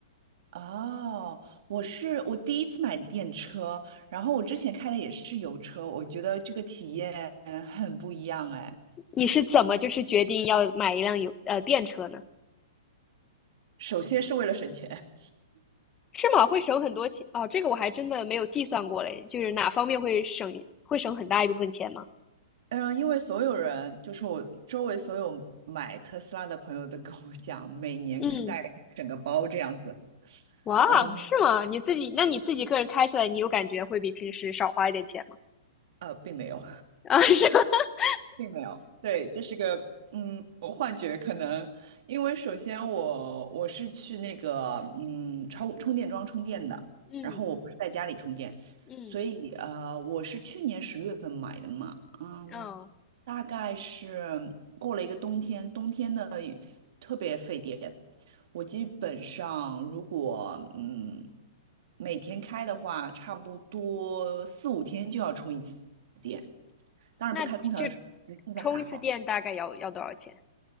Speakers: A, on the right (about 60°); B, on the left (about 20°).
A: 哦，我是我第一次买电车，然后我之前开的也是油车，我觉得这个体验很不一样哎。
B: 你是怎么就是决定要买一辆油呃电车呢？
A: 首先是为了省钱，
B: 是吗？会省很多钱哦，这个我还真的没有计算过嘞，就是哪方面会省会省很大一部分钱吗？
A: 嗯，呃因为所有人，就是我周围所有买特斯拉的朋友都跟我讲，每年大概整个包这样子，
B: 嗯，哇，
A: 嗯，
B: 是吗？你自己那你自己个人开起来，你有感觉会比平时少花一点钱吗？
A: 呃，并没有。
B: 啊，是吗？<laughs>
A: 并没有，对，这是个嗯，我幻觉可能，因为首先我我是去那个嗯超充电桩充电的，
B: 嗯
A: 然后我不是在家里充电，
B: 嗯，
A: 所以呃，我是去年十月份买的嘛，嗯，
B: 嗯。
A: 大概是过了一个冬天，冬天呢特别费电，我基本上如果嗯每天开的话，差不多四五天就要充一次电。当然不开空调的时候，
B: 那这
A: 现在还好。
B: 充一次电大概要要多少钱？